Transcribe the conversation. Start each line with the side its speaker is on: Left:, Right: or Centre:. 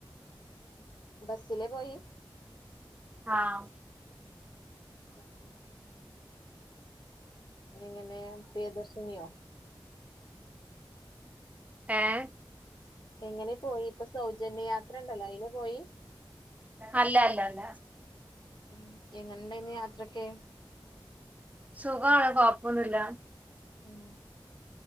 Left: ബസ്സിലെ പോയി?
Right: ആഹ്
Left: ആഹ് എങ്ങനെ പ്രിയദർശിനിയോ
Right: ഏഹ്
Left: എങ്ങനെ പോയി ഇപ്പൊ സൗജന്യ യാത്ര ഉണ്ടല്ലോ അയില് പോയി
Right: അല്ല അല്ല അല്ല.
Left: ഉം എങ്ങനെണ്ടായിന്ന് യാത്രൊക്കെ?
Right: സുഖാണ്. കൊഴപ്പൊന്നുല്ല.
Left: ഉം